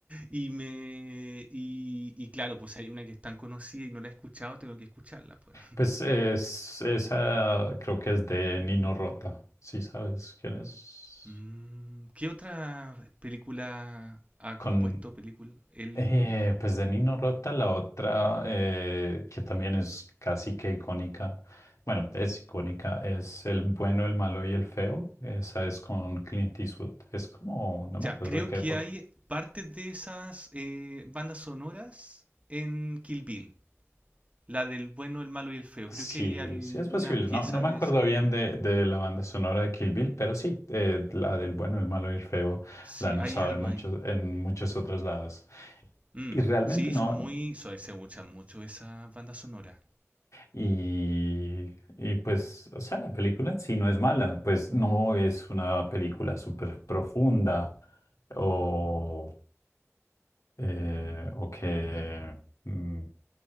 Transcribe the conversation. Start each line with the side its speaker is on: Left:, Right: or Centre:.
Right: y me y, y claro, pues hay una que es tan conocida y no la he escuchado, tengo que escucharla, pues.
Left: Pues es, esa creo que es de Nino Rota, si sabes quién es.
Right: Mm, ¿qué otra película ha
Left: Con,
Right: compuesto película él
Left: eh, pues de Nino Rota, la otra eh, que también es casi que icónica, bueno, es icónica, es El bueno, el malo y el feo. Esa es con Clint Eastwood. Es como, no
Right: Ya,
Left: me acuerdo
Right: creo
Left: de qué
Right: que
Left: época.
Right: hay partes de esas eh, bandas sonoras en Kill Bill. La del bueno, el malo y el feo.
Left: Sí,
Right: Creo que hay alguna
Left: sí es posible.
Right: pieza
Left: No, no me
Right: de
Left: acuerdo
Right: esa.
Left: bien de, de la banda sonora de Kill Bill, pero sí, eh, la del bueno, el malo y el feo
Right: Sí,
Left: la han usado
Right: hay algo
Left: en muchos,
Right: ahí.
Left: en muchos otros lados.
Right: Mm,
Left: Y realmente
Right: sí,
Left: no.
Right: son muy... so- se usan mucho esas bandas sonoras.
Left: Y, y pues, o sea, la película en sí no es mala, pues no es una película súper profunda o... eh, o que mm,